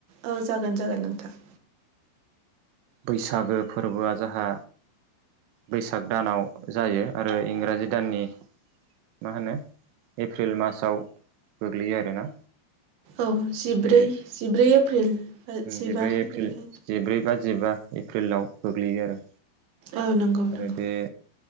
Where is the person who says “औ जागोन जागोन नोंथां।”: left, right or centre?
Right